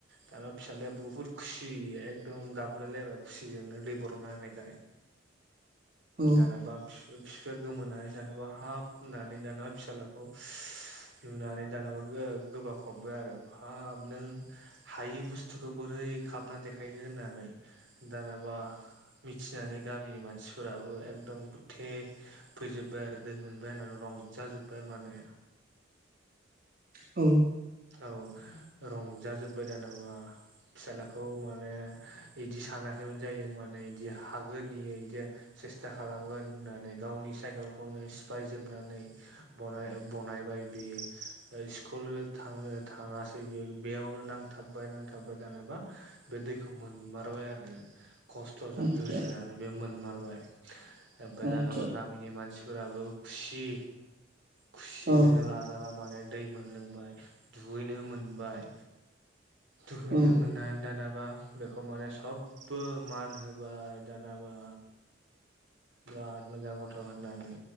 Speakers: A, on the right; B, on the right.
A: दाना फिसालाया बुहुद। खुसि एकदम गाबलायलायबाय खुसिजोंनो दै बरननो होनायखाय।
B: औ
A: दानाबा बिफाया गोमानै दानाबा हाबफ। होननानै दानाबा फिसाज्लाखौ लुनानै दानाबा गोबा खबबो आरो बाब नों हायि बुस्थुखौ बोरै खामना देखायखो होननानै दानाबा मिथिनानै गामिनि मानसिफोराबो एकदम गुथे फैजोबबाय आरो दै मोनबाय होननानै रंजाजोब्बाय माने
B: औ
A: औ रंजाजोब्बाय दानाबा फिसाज्लाखौ माने बिदि सानाखैबानो जाहैदों माने बिदि हागोनि बिदि सेस्था खालामगोन होननानै गावनि साइकेलखौनो सिफाय जोबनानै बनायबाय बियो ओ सिकुल थांनो थाङासै बे बेयावनो नांथाबबाय नांथाबबाय दानोबा बे दैखौ मोनमार बाय आरो खस्थ'जों
B: आतसा
A: जुजिनानै बे मोनमारबाय ओमफ्राय
B: आतसा
A: दानाबा गामिनि मानसि फोराबो खुसि खुसिजोंनो
B: औ
A: लाजाला माने दै मोनलोंबाय दुगैनो मोनबाय दुगैनो
B: औ
A: मोननानै दाना माबा बेखौ माने सबबो मान होबाय दानाबा बिराद मोजां गथ' होननानै